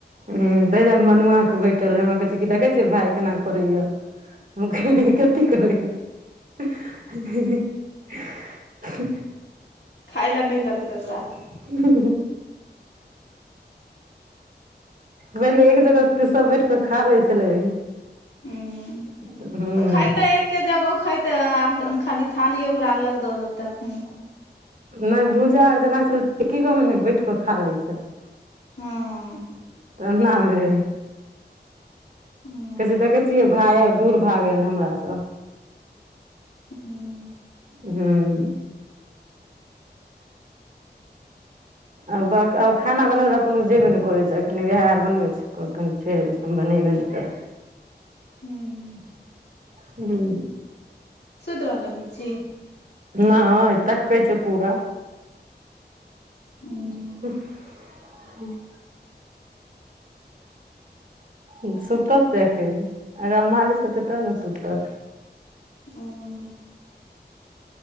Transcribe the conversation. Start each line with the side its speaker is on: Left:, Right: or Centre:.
Right: ह तै दुआरें मनुआ के बैठल है हमरा कहै छै कि देखै छियै भाय केना करैय हम कहलियै कथी करैय हे हे <unintelligible>
Left: खायले नहि देलकै एकरा।
Right: हू हू हू पहिले एक जगह पे त सब बैठ कऽ खा लै छलै।
Left: ऊं
Right: हूँ
Left: तऽ खायतै एक एके जगह खैतै आ खाली थाली ओकरा अलग दऽ देतै अखन
Right: नहि भूजा आर जेना छलै एकेगो में ने बैठ कऽ खा लै छलै।
Left: हँ
Right: त नइ
Left: हूं
Right: कहै छै देखै छियै भाय आर दूर भागैने हमरास।
Left: हूं।
Right: हूं। आ ओकरा खाना बनबले अपन ओ जेबे नै करै छै एखनि वएह आर बनबे छै। कखन छोड़ि हम बनैबे नहि करबै।
Left: हूं
Right: हूं।
Left: सुति रहलै बुच्ची?
Right: नहि तकैछौ पूरा।
Left: ऊं।
Right: <unintelligible> ई सुतत अखनि एकरा मालिश हेतै तब ना सुतत।
Left: ऊं ऊं ऊं।